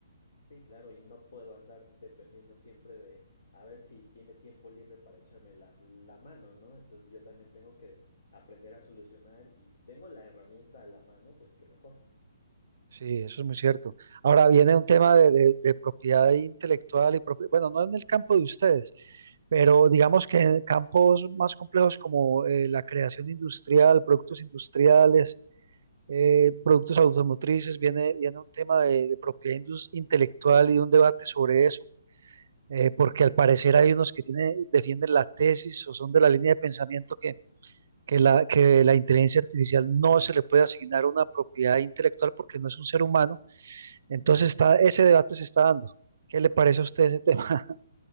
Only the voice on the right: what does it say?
Sí, eso es muy cierto. Ahora viene un tema de, de- de propiedad intelectual y propi- bueno, no en el campo de ustedes, pero digamos que en campos más complejos como eh, la creación industrial, productos industriales, eh, productos automotrices, viene, viene un tema de, de propiedad indus- intelectual y un debate sobre eso, eh, porque al parecer hay unos que tienen, defienden la tesis o son de la línea de pensamiento que, que la, que la inteligencia artificial no se le puede asignar una propiedad intelectual porque no es un ser humano entonces está, ese debate se está dando. ¿Qué le parece a usted ese tema? <laughs>